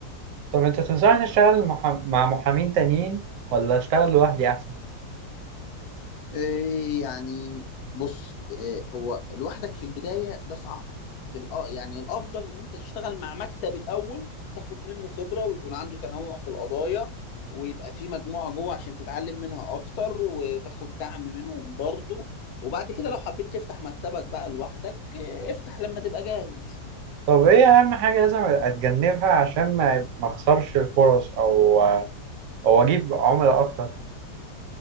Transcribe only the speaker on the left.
إيه يعني بص إيه هو لوحدك في البداية ده صعب في الأ... يعني الأفضل إن أنت تشتغل مع مكتب الأول تاخد منه خبرة ويكون عنده تنوع في القضايا ويبقى في مجموعة جوه عشان تتعلم منها أكتر وتاخد دعم منهم برضو وبعد كده لو حبيت تفتح مكتبك بقى لوحدك إيه، افتح لما تبقى جاهز